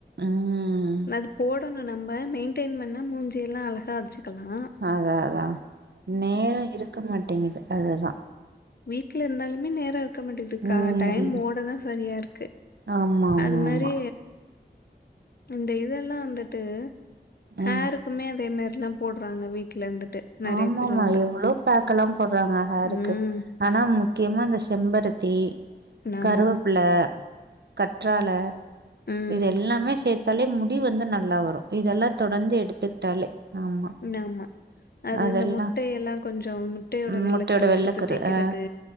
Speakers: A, on the right (about 75°); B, on the left (about 65°).
A: ம்
B: அது போடணு நம்ப மெயின்டெயின் பண்ணா மூஞ்சியெல்லா அழகா வச்சிக்கலா
A: அதா அதா நேரொ இருக்க மாட்டேங்குது அதுதா
B: வீட்ல இருந்தாலுமே நேரொ இருக்க மாட்டேதுக்கா
A: ம்
B: டைம் ஓட தா சரியா இருக்கு
A: ஆமா ஆமா
B: அது மேரி
A: ஆமா
B: இந்த இதெல்லா வந்துட்டு ஹேரு
A: ம்
B: க்குமே அதே மாரிலா போடுறாங்க வீட்ல இருந்துட்டு நெறைய
A: ஆமாமா
B: பேர் வந்து
A: எவ்வளோ பேக்கெல்லா போட்றாங்க ஹேருக்கு
B: ம்
A: ஆனா முக்கியமா இந்த செம்பருத்தி
B: ஆமா
A: கருவப்புல்ல கற்றாழ
B: ம்
A: இது எல்லாமே சேத்தாலே முடி வந்து நல்லா வரு இதெல்லா தொடர்ந்து எடுத்துக்கிட்டாலே ஆமா
B: நாமா அது
A: அதெல்லா
B: இந்த முட்டையெல்லா கொஞ்சோ முட்டயோட
A: ம்
B: வெள்ளக்கருவ
A: முட்டையோட வெள்ளக்கரு
B: எடுத்து தேக்கிறது
A: ஆ